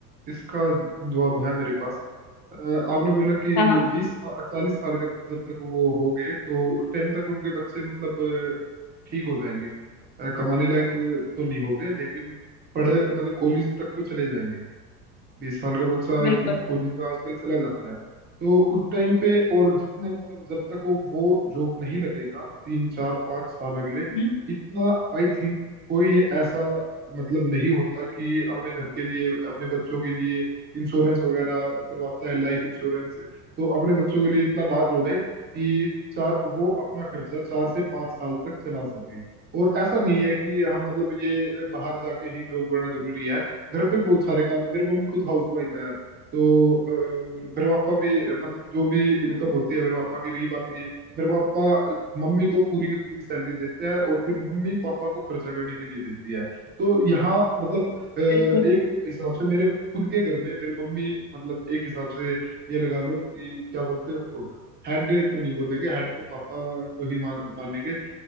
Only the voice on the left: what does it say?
है हाँ हाँ
बिल्कुल
हम्म,
बिल्कुल